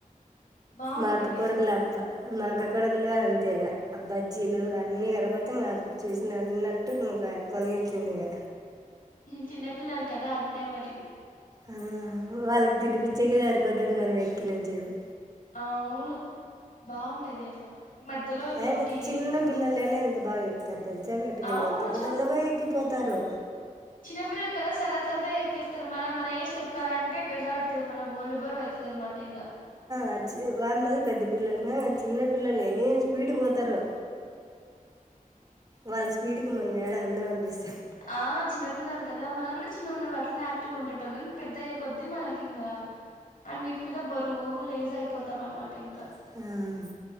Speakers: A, on the left (about 75°); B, on the right (about 30°).
A: బావుంటది
B: మా అక్క కొడుకులు అబ్బా మా అక్క కొడుకులు అంతేగా అ బజ్జీలు
A: హ్మ్
B: అన్న కరబ అ చూసినవనట్టు ఇంగ కొనిల్సిందే ఇంగ
A: చిన్నపిల్లలు కదా అంతే మరి
B: ఆ వాళ్ళకి తినిపచ్చేక సరిపోతుది మనం ఎక్కినంత జెపు
A: అవును బాగుంటది అట్లా మధ్యలో ఇంకొకటి
B: అయన చిన్న పిల్లలైన ఎంత బా ఎక్కుతారు తెల్ సా మెటీకలు
A: అవును
B: దబా దబా దబా ఎక్కి పోతారు
A: చిన్న పిల్లలు కదా సరాసరదగ ఎక్కేస్తారు మన మన ఏజ్ ఎక్కాలంటే బెజార్ అవుతుది మన ఒళ్ళు బరువు అవుతుంది అనమాట ఇంగా
B: ఆచ్చి వా మళ్ళీ పెద్ద పిల్లలు గాని కాదు చిన్న పిల్లలు ఏం స్పీడ్ పోతారు వాళ్ళ స్పీడ్ కు మనం ఏడ అందం అనిపిస్తాం
A: ఆ చిన్నపిల్లలు కదా మనం కూడా చిన్నగా ఉన్నప్పుడు అట్లనే యాక్టివ్ గా ఉండేటోళ్ళం పెద్ద అయ్యే కొద్ద్దీ మనకి ఇంకా అన్నింటి మీద బరువు లేజ్ అయిపోతాం అనమాట ట ఇంగ
B: అనిపిస్తాం